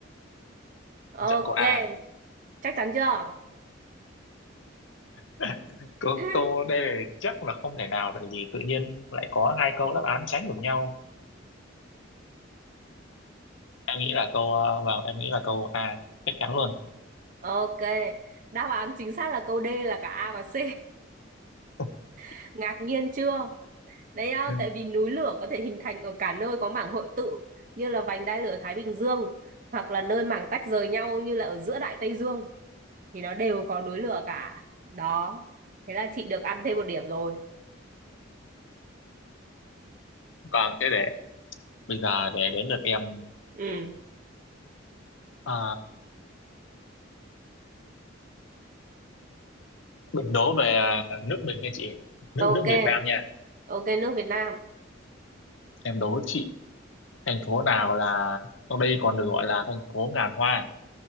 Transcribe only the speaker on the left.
em chọn câu A.
<laughs> Câu
câu đây là chắc là không thể nào tại vì tự nhiên lại có hai câu đáp án trái ngược nhau. Em nghĩ là câu ờ, vâng, em nghĩ là câu A chắc chắn luôn.
<laughs>
Ừ.
Vâng, thế để bây giờ để đến lượt em
Ờ, mình đố về ờ, nước mình nha chị, nước
nước Việt Nam nha.
Em đố chị thành phố nào là sau đây còn được gọi là thành phố ngàn hoa.